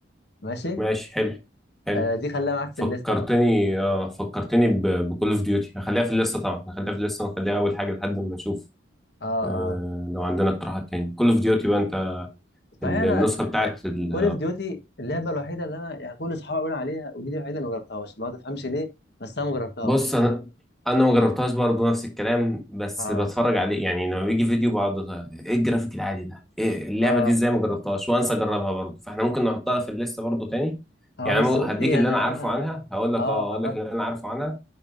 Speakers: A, on the left; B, in the centre.
A: ماشي
B: ماشي حلو حلو
A: آه دي خليها معاك في
B: فكرتني
A: الليسته بقى
B: اه فكرتني بكول اوف ديوتي هخليها في الليسته طبعا هخليها في الليسته ونخليها اول حاجه لحد ما نشوف
A: اه
B: آه،
A: اه
B: لو عندنا اقتراحات تاني كول اوف ديوتي بقى انت
A: صحيح
B: ال-
A: انا
B: النسخه
A: انا
B: بتاعت ال...
A: كول اوف ديوتي اللعبه الوحيده اللي انا يعني كل اصحابي بيقولوا عليها ودي دي الوحيده اللي ما جربتهاش ما تفهمش ليه بس انا ما جربتهاش
B: بص
A: يعني
B: انا انا ما جربتهاش برضه نفس الكلام بس
A: اه
B: بتفرج عليه يعني لما بيجي فيديو بقعد ايه الجرافيك العالي ده ايه اللعبه
A: اه
B: دي ازاي ما جربتهاش وانسى اجربها برضه فاحنا ممكن نحطها في الليسته برضه تاني
A: اه
B: يعني
A: بس
B: أنا
A: قول لي
B: هديك
A: يعني
B: اللي انا
A: على
B: عارفه عنها هقول لك
A: اه
B: اه هقول
A: عرفني
B: لك اللي انا عارفه عنها